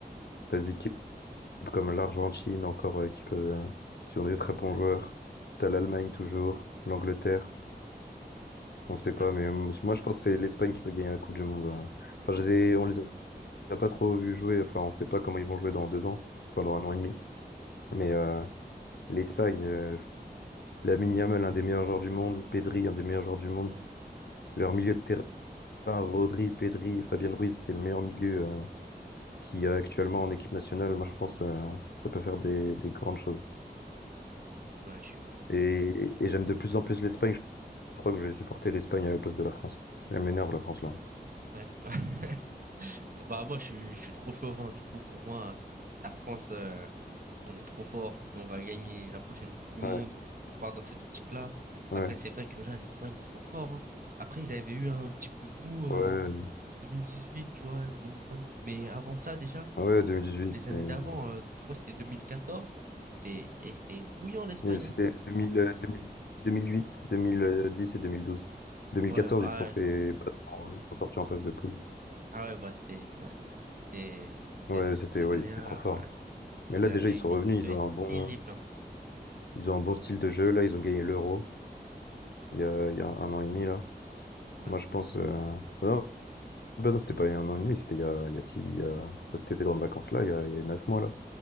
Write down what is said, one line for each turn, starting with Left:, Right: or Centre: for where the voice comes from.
Left: T'as Zeke comme l'Argentine encore euh, qui peut, euh, qui ont des très bons joueurs. T'as l'Allemagne toujours, l'Angleterre, on sait
Right: Ouais,
Left: pas, mais euh, moi je pense que c'est l'Espagne qui peut gagner la Coupe du Monde. euh. Enfin, je les ai- on les a pas trop vus jouer, enfin on sait pas comment ils vont jouer dans deux ans, enfin dans un an et demi. Mais euh, l'Espagne, euh, Lamine Yamal, un des meilleurs joueurs du monde, Pedri, un des meilleurs joueurs du monde, leur milieu de terrain, Rodri, Pedri, Fabien Ruiz, c'est le meilleur milieu euh, qui y a actuellement en équipe nationale. Moi je pense euh, ça peut faire des, des grandes choses.
Right: ouais, je,
Left: Et, et j'aime de plus en plus l'Espagne. Je crois que je vais supporter l'Espagne à la place de la France. Elle m'énerve, la France, là.
Right: Ouais. <laughs> Bah, moi, je suis je suis trop chauvin. Du coup, pour moi, la France, heu, on est trop fort et on va gagner la prochaine coupe du monde.
Left: Ouais,
Right: Je pars dans cette optique-là. Après,
Left: ouais,
Right: c'est vrai que là, l'Espagne, ils sont forts, hein. Après, ils avaient eu un petit coup de mou,
Left: ouais,
Right: heu, 2018, tu vois? 2022. Mais avant ça, déjà,
Left: ouais, 2018.
Right: les années
Left: mais-
Right: d'avant, heu, je crois que c'était 2014, ils étaient ils étaient bouillants, l'Espagne,
Left: mais C'était
Right: hein.
Left: 2000, euh, 2000, 2008, 2010 et 2012. 2014,
Right: Ouais, ah
Left: ils se sont
Right: ouais,
Left: fait battre, en- ils se sont sortis en phase de poule.
Right: Ah ouais, bah, c'était ouais. Ces ces
Left: Ouais, c'était,
Right: ces
Left: ouais,
Right: années-là,
Left: c'était trop fort.
Right: oh là, ils
Left: Mais là,
Right: avaient
Left: déjà, ils sont
Right: une
Left: revenus,
Right: équipe, elle
Left: ils ont
Right: était
Left: un bon,
Right: terrible, hein.
Left: ils ont un bon style de jeu. Là, ils ont gagné l'Euro il y a, il y a un an et demi, là.
Right: Ouais.
Left: Moi, je pense, euh, non, bah non, c'était pas il y a un an et demi, c'était il y a, il y a six, il y a- bah, c'était ces grandes vacances-là, il y a, il y a neuf mois, là.